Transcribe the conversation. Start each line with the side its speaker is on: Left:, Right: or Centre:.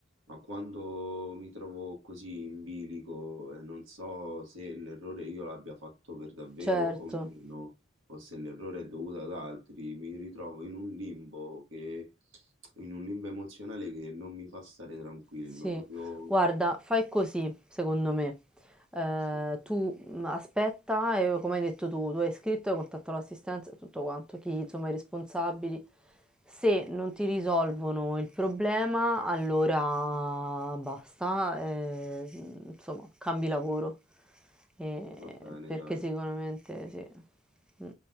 Right: ma quando mi trovo così in bilico e non so se l'errore io l'abbia fatto per davvero
Centre: Certo.
Right: o meno, o se l'errore è dovuto ad altri, mi ritrovo in un limbo che, in un limbo emozionale che non mi fa stare tranquillo,
Centre: Sì,
Right: proprio
Centre: guarda, fai così, secondo me. Eh,
Right: sì,
Centre: tu mh, aspetta e come hai detto tu, tu hai scritto, hai contattato l'assistenza, tutto quanto, chi insomma i responsabili. Se non ti risolvono il problema, allora basta, eh, insomma, cambi lavoro. Eh,
Right: va bene,
Centre: perché
Right: dai.
Centre: sicuramente sì. Mm.